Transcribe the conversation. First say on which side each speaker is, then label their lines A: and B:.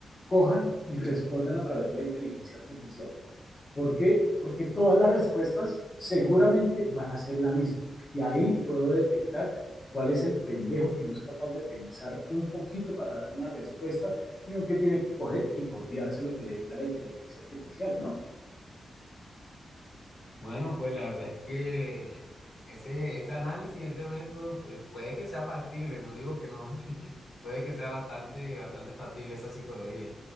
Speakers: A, on the left (about 25°); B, on the left (about 55°).
A: cojan y respondan a través de la inteligencia artificial. ¿Por qué? Porque todas las respuestas seguramente van a ser la misma. Y ahí puedo detectar cuál es el pendejo que no es capaz de pensar un poquito para dar una respuesta, sino que tiene que coger y copiarse lo que le diga la inteligencia artificial, ¿no?
B: Bueno, pues la verdad es que ese, ese análisis, ese método, pues puede que sea factible, no digo que no, <laughs> puede que sea bastante, bastante factible esa psicología.